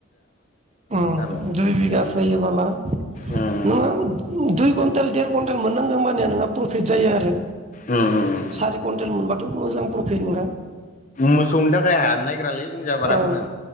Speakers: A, on the right; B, on the left.
A: उम
B: उम
A: दुइ बिघा फैयोबोला
B: उम
A: नोङो दुइ कुन टेल देर कुवन्टेल मोननांगौ मानिया नोंहा प्रफिट जायो आरो
B: उम उम
A: सारि कुइन्टेल मोनबा मोजां प्रफिट नोंथां
B: मोसौनि थाखा खाय हानो नागिरालै जोंनि जा बारा फोनो
A: औ